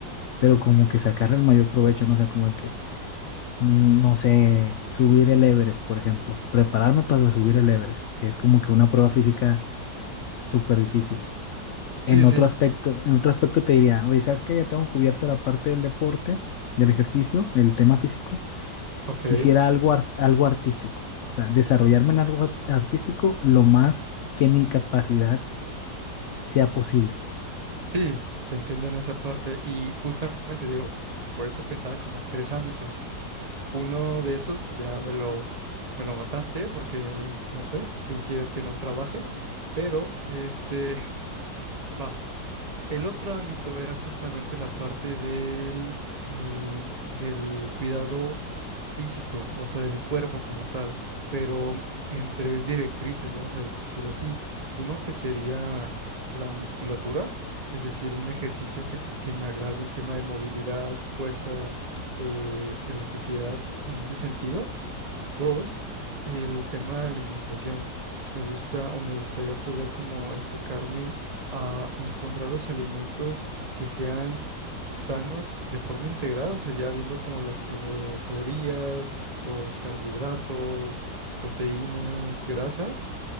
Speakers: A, on the left; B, on the right.
A: pero como que sacarle el mayor provecho, no sé, como de que, no sé, subir el Everest, por ejemplo, prepararme para subir el Everest, que es como que una prueba física súper difícil. En
B: Sí,
A: otro
B: sí,
A: aspecto, en otro aspecto te diría, oye, ¿sabes qué? Ya tengo cubierto la parte del deporte, del ejercicio, el tema físico,
B: ok.
A: quisiera algo, ar- algo artístico, o sea, desarrollarme en algo ar- artístico lo más que mi capacidad sea posible.
B: Sí, te entiendo en esa parte. Y justamente digo, por eso pensaba como en tres ámbitos. Uno de esos ya me lo, me lo mataste porque no sé, que quieres que no trabaje, pero este, <laughs> va. El otro ámbito era justamente la parte del, eh, del cuidado físico, o sea, del cuerpo como tal, pero en tres directrices, vamos a decirlo así. Uno que sería la musculatura, es decir, un ejercicio que, que me agrade en tema de movilidad, fuerza, eh, elasticidad, en ese sentido. Dos, el tema de la alimentación. Me gusta o me gustaría poder como enfocarme a encontrar los alimentos que sean sanos de forma integrada, o sea, ya viendo como las kilocalorías, los carbohidratos, proteínas, grasas